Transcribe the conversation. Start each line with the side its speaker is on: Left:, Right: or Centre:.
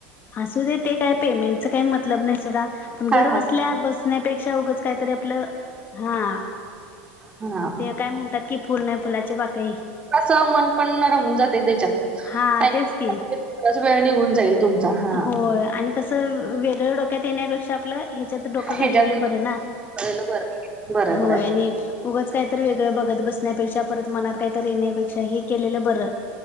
Left: असू दे ते काय पेमेंटच काय मतलब नाय सोडा घर
Right: हा हा
Left: बसल्या बस नाय पेक्षा उगच काय तरी आपलं हा आ
Right: हा
Left: ते काय म्हणतात कि फुल नाही फुलाचे पाकळी
Right: थोडस मन पण रमून जाते त्याच्यात
Left: हा
Right: टाइम
Left: तेच की
Right: वेळ निघून जाईल तुमचा हा
Left: होय आणि कसं वेगळ डोक्यात येण्यापेक्षा आपलं हे त्यात डोकं
Right: ह्याच्यात
Left: घातलेलं
Right: मग
Left: बर ना
Right: कळलं बरं बरं
Left: होय
Right: बरं आहे.
Left: आणि उगंच काय तरी वेगळ बघत बसण्यापेक्षा परत मनात कायतरी येण्यापेक्षा हे केलेलं बरं